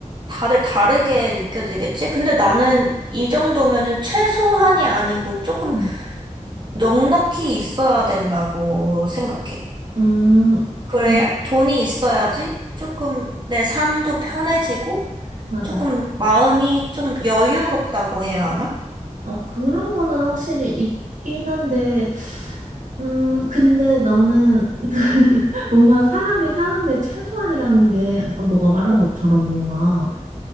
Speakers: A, on the right; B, on the right.
A: 다들 다르게 느껴지겠지? 근데 나는 이 정도면은 최소한이 아니고 조금
B: 음.
A: 넉넉히 있어야 된다고 생각해.
B: 음,
A: 그래,
B: 그,
A: 돈이 있어야지 조금 내 삶도 편해지고
B: 맞아.
A: 조금 마음이 좀 여유롭다고 해야 하나?
B: 어, 그런 거는 확실히 있긴 한데, 음, 근데 나는 <laughs> 뭔가 사람이 사는데 최소한이라는 게, 아까 너가 말한
A: 어,
B: 것처럼 뭔가